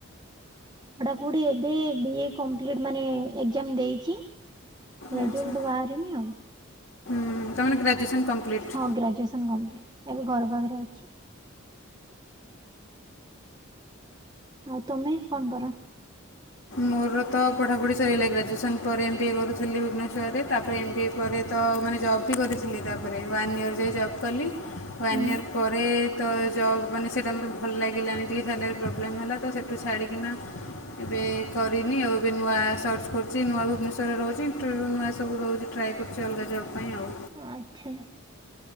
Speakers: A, on the right; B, on the left.
A: ପଢାପଢି ଏବେ ବି ଏ କମ୍ପିଟ ମାନେ ଏଗଜାମ ଦେଇଛି। ରେଜଲ୍ଟ
B: ଆଚ୍ଛା
A: ବାହାରିନି ଆଉ।
B: ହୁଁ ତାମାନେ ଗ୍ରାଜୁଏସନ୍ କମ୍ପ୍ଲିଟ୍।
A: ହଁ ଗ୍ରାଜୁଏସନ୍ କମ୍ପ୍ଲିଟ୍ ଏବେ ଘର ପାଖରେ ଅଛି। ଆଉ ତମେ କଣ କର?
B: ମୋର ତ ପଢ଼ାପଢ଼ି ସରିଗଲା, ଗ୍ରଜୁଏସନ୍ ପରେ ଏମ୍ ବିି ଏ କରୁଥିଲି ଭୁବନେଶ୍ୱରରେ ତାପରେ ଏମ୍ ବି ଏ ତା ପରେ ତ ମାନେ ଜବ୍ ବି କରିଥିଲି ତାପରେ, ୱାନ୍ ଇୟର୍ ଯାଏ ଜବ୍ କଲି। ୱାନ୍
A: ହୁଁ।
B: ୟିଅର୍ ପରେ ତ ଜବ୍ ମାନେ ସେଇଟା ମୋର ଭଲ ଲାଗିଲାନି ଟିକେ ସାଲାରୀ ପ୍ରୋବ୍ଲେମ୍ ହେଲା ତ, ସେଠୁ ଛାଡ଼ିକିନା ଏବେ କରିନି ଆଉ, ଏବେ ନୂଆ ସର୍ଚ୍ଚ କରୁଛି ନୂଆ ଭୁବନେଶ୍ୱରରେ ରହୁଛି ଇଣ୍ଟରଭ୍ୟୁ ନୂଆ ସବୁ ରହୁଛି ଟ୍ରାଏ କରୁଛି ଅଲଗା ଜବ୍ ପାଇଁ ଆଉ।
A: ଆଚ୍ଛା।